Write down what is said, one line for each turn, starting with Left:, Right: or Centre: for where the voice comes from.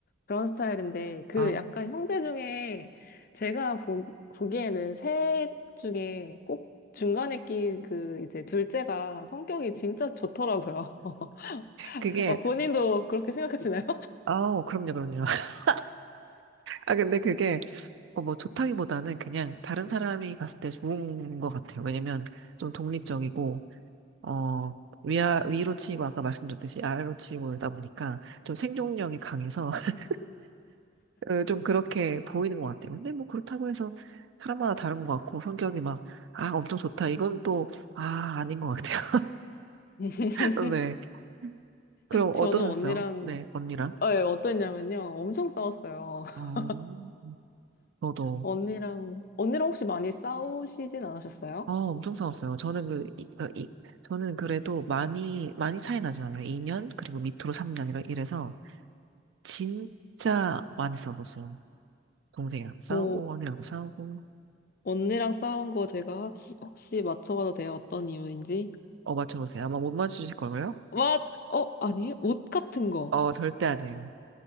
Left: 그런 스타일인데, 그
Right: 아.
Left: 약간 형제 중에 제가 보, 보기에는 셋 중에 꼭 중간에 낀 그 이제 둘째가 성격이 진짜 좋더라고요. <laughs>
Right: 그게
Left: 어, 본인도 그렇게 생각하시나요?
Right: 아, 그럼요, 그럼요. <laughs> 아, 근데 그게, 어, 뭐, 좋다기보다는 그냥 다른 사람이 봤을 때 좋은 것 같아요. 왜냐면, 좀 독립적이고, 어, 위아, 위로 치고, 아까 말씀드렸듯이 아래로 치고 이러다 보니까, 좀 생존력이 강해서, <laughs> 어, 좀 그렇게 보이는 것 같아요. 근데 뭐, 그렇다고 해서, 사람마다 다른 것 같고, 성격이 막, 아, 엄청 좋다. 이건 또, 아, 아닌 것 같아요.
Left: <laughs>
Right: <laughs> 네. 그럼
Left: 저는
Right: 어떠셨어요?
Left: 언니랑
Right: 네, 언니랑?
Left: 어, 예, 어땠냐면요. 엄청 싸웠어요. <laughs>
Right: 어, 저도.
Left: 언니랑 언니랑 혹시 많이 싸우시진 않으셨어요?
Right: 아, 엄청 싸웠어요. 저는 그, 이, 어, 이- 저는 그래도 많이, 많이 차이 나진 않아요. 2년, 그리고 밑으로 3년, 이래- 이래서, 진짜 많이 싸웠었어요. 동생이랑 싸우고,
Left: 뭐
Right: 언니랑도 싸우고.
Left: 언니랑 싸운 거 제가 혹시, 혹시 맞춰봐도 돼요? 어떤 이유인지?
Right: 어, 맞춰보세요. 아마 못 맞추실 걸요?
Left: 맞, 어, 아니에요? 옷 같은 거.
Right: 어, 절대 아니에요.